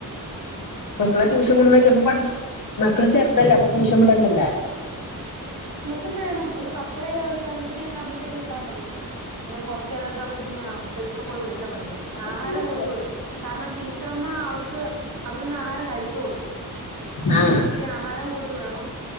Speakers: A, on the left; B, on the right.
A: മക്കളെ ട്യൂഷൻ കൊട്ന്നാക്കിയപ്പം പഠി മക്കള് ചേർത്തല്ലാ അപ്പൊ ട്യൂഷൻ വിടണ്ടല്ലോ
B: ട്യൂഷൻ വേണം ഒരു പത്തര ഒരു പയ്നൊന്ന് മണിയക്ക ആവുമ്പോഴത്തേക്ക് വിട്ടാ മതി അന്നേരം കൊർച്ച് നേരക്കെ അവിടെര്ന്ന് പെതുക്കെ പോയി വിളിച്ചാ മതിയല്ലോ ആഹാരം
A: അല്ലാതെ
B: കൊടുത്തു വിടും. കാരണം ടീച്ചറമ്മ അവർക്ക് അവിടുന്ന് ആഹാര കഴിച്ചോളും
A: ആഹ്
B: ഇച്ച്രി ആഹാരം കൊടുത്ത് വിടണം